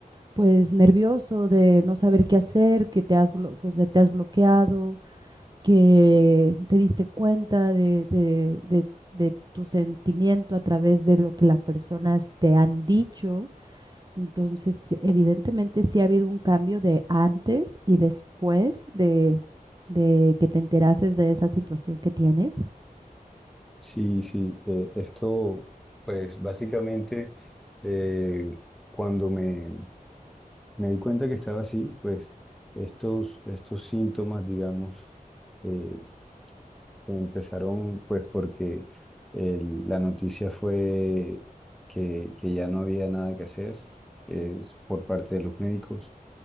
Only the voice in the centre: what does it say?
Sí, sí, eh, esto pues básicamente eh, cuando me me di cuenta que estaba así, pues estos, estos síntomas, digamos, eh, empezaron pues porque el- la noticia fue que, que ya no había nada que hacer eh, por parte de los médicos.